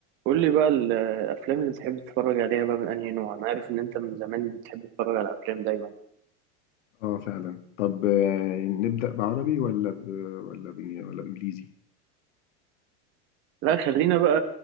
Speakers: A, on the right; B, on the left.
A: قول لي بقى ال- الافلام اللي بتحب تتفرج عليها بقى من انهي نوع انا عارف ان انت من زمان بتحب تتفرج على افلام دايما
B: اه فعلا طب آه، نبدأ بعربي ولا ب... ولا ب... ولا بإنجليزي
A: لا خلينا بقى